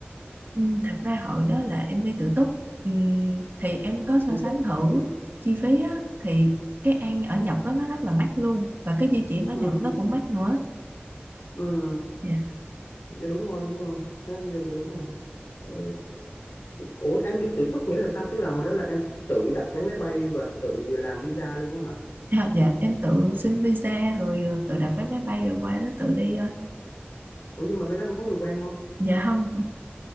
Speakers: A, on the right; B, on the left.
A: ừ, thật ra hồi đó là em đi tự túc ừ, thì em có so
B: thì
A: sánh
B: tức
A: thử chi phí á, thì cái ăn ở Nhật á, nó rất là mắc luôn và cái di chuyển ở
B: ừ,
A: Nhật nó
B: ừ,
A: cũng mắc nữa
B: ừ,
A: dạ
B: dạ đúng rồi đúng rồi Đó, dạ, dạ, đúng rồi Ờ, ủa em đi tự túc nghĩa là sao tức là hồi đó là em tự đặt vé máy bay và tự làm visa luôn á hả
A: À, dạ em tự xin visa rồi ờ, tự đặt vé máy bay rồi qua đó tự đi ờ.
B: ủa nhưng mà bên đó em có người quen không
A: dạ không